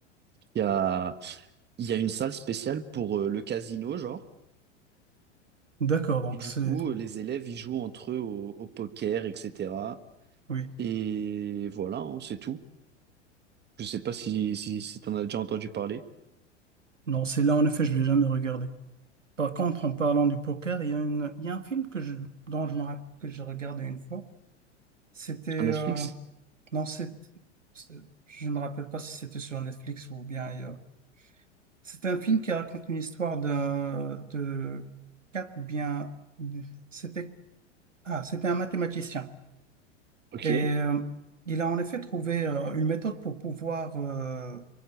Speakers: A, on the right (about 30°); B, on the right (about 85°).
A: y a Il y a une salle spéciale pour euh, le casino, genre.
B: D'accord, donc
A: Et du
B: c'est...
A: coup, euh, les élèves, ils jouent entre eux au, au poker, etc.
B: Oui.
A: Et voilà, hein, c'est tout. Je sais pas si, si, si t'en as déjà entendu parler.
B: Non, c'est là, en effet, je l'ai jamais regardé. Par contre, en parlant du poker, il y a une... il y a un film que je... dont je me rappelle que j'ai regardé une fois. C'était...
A: À Netflix?
B: euh, Non, c'est... c'est- Je me rappelle pas si c'était sur Netflix ou bien ailleurs. C'était un film qui raconte une histoire de... de... Quatre ou bien... C'était... Ah, c'était un mathématicien.
A: Ok.
B: Et euh, il a en effet trouvé euh, une méthode pour pouvoir euh,